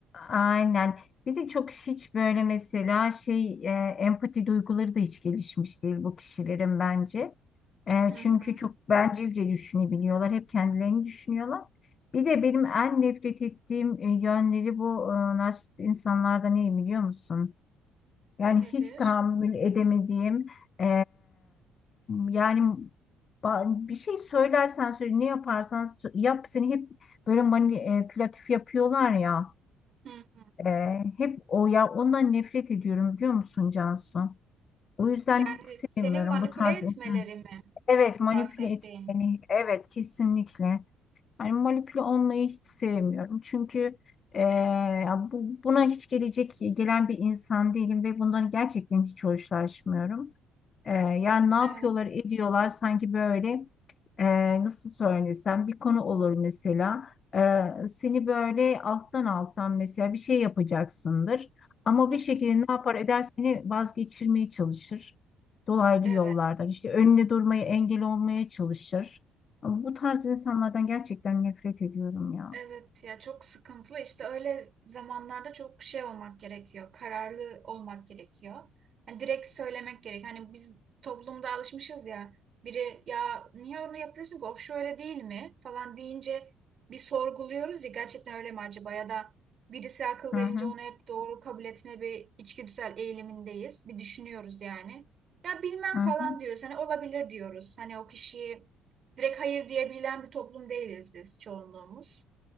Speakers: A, on the left (about 45°); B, on the right (about 50°).
A: Aynen. Bir de çok hiç böyle mesela şey e, empati duyguları da hiç gelişmiş değil bu kişilerin bence. E,
B: Hı hı.
A: çünkü çok bencilce düşünebiliyorlar. Hep kendilerini düşünüyorlar. Bir de benim en nefret ettiğim e, yönleri bu e, narsist insanlarda ne biliyor musun? Yani
B: Nedir?
A: hiç tahammül edemediğim eee, yani ba- bir şey söylersen söyle ne yaparsan sö- yap seni hep böyle manipülatif yapıyorlar ya
B: Hı hı.
A: Eee, hep o ya ondan nefret ediyorum biliyor musun Cansu? O yüzden
B: Yani
A: hiç sevmiyorum
B: seni manipüle
A: bu tarz
B: etmeleri
A: insan.
B: mi
A: Evet manipüle
B: bahsettiğin?
A: etmeni evet kesinlikle. Hani molekül olmayı hiç sevmiyorum. Çünkü e, ya bu, buna hiç gelecek gelen bir insan değilim ve bundan gerçekten hiç hoşlaşmıyorum. Ee, yani ne yapıyorlar
B: Evet.
A: ediyorlar sanki böyle e, nasıl söylesem bir konu olur mesela. Ee, seni böyle alttan alttan mesela bir şey yapacaksındır. Ama
B: Hı
A: bir
B: hı.
A: şekilde ne yapar eder seni vazgeçirmeye çalışır. Dolaylı
B: Evet.
A: yollardan işte önüne durmaya engel olmaya çalışır. bu tarz insanlardan gerçekten nefret ediyorum ya.
B: Evet ya çok sıkıntılı işte öyle zamanlarda çok şey olmak gerekiyor. Kararlı olmak gerekiyor. Hani direkt söylemek gerek. Hani biz toplumda alışmışız ya. Biri ya niye onu yapıyorsun ki? O şöyle değil mi? falan deyince bir sorguluyoruz ya gerçekten öyle mi acaba ya da birisi akıl verince
A: Hı hı,
B: onu hep doğru kabul etme bir içgüdüsel eğilimindeyiz. Bir düşünüyoruz yani. Ya bilmem
A: hı
B: falan
A: hı.
B: diyoruz. Hani olabilir diyoruz. Hani o kişiyi direkt hayır diyebilen bir toplum değiliz biz çoğunluğumuz.